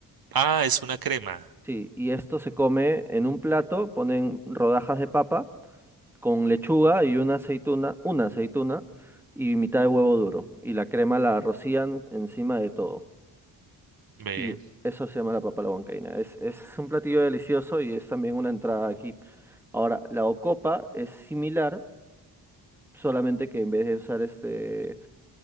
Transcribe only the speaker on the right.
Ah, es una crema.
Ve,